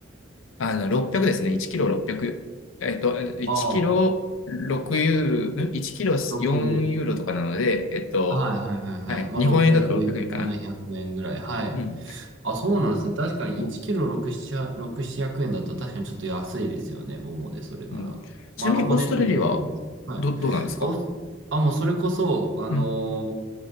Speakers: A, on the left; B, on the right.
A: あの、600ですね。1キロ600。えっと、1キロ6ユーロ、
B: ああ、
A: ん ?1 キロ4ユーロとかなので、
B: 六
A: えっと、
B: はいはいはいはい。
A: はい。
B: まあ、
A: 日本円だと600円かな。
B: 600円、700円ぐらい。はい。
A: うん。
B: あ、そうなんですね。確かに1キロ6、
A: お
B: 7、6、700円だと確かにちょっと安いですよね。ももで、それなら。
A: うん、ちなみに、
B: まあ、あの、骨ついてるってのも。
A: オーストラリアは、
B: はい。
A: ど、どうなんですか
B: お、あ、もうそれこそ、あのー
A: うん。